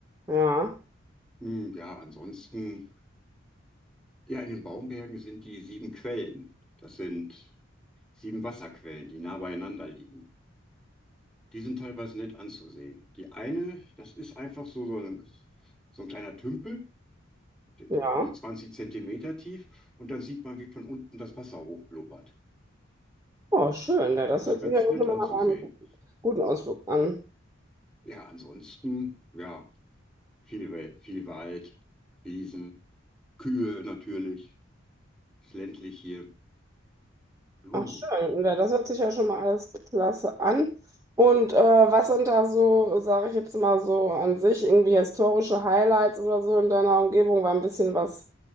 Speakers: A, on the right; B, in the centre.
A: Ja,
B: Hm, ja, ansonsten, ja, in den Baumbergen sind die sieben Quellen. Das sind sieben Wasserquellen, die nah beieinander liegen. Die sind teilweise nett anzusehen. Die eine, das ist einfach so, so ein, so ein kleiner Tümpel. der-
A: ja.
B: so 20 Zentimeter tief und dann sieht man, wie von unten das Wasser hochblubbert.
A: Oh, schön. Ja, das
B: Das
A: hört
B: ist
A: sich
B: ganz
A: ja
B: nett
A: schon mal
B: anzusehen.
A: nach einem guten Ausflug an.
B: Ja, ansonsten, ja, viel, We- viel Wald, Wiesen, Kühe natürlich, ist ländlich hier. Puh.
A: Ach, schön. Ja, das hört sich ja schon mal alles klasse an. Und äh, was sind da so, sage ich jetzt mal so an sich, irgendwie historische Highlights oder so in deiner Umgebung? War ein bisschen was,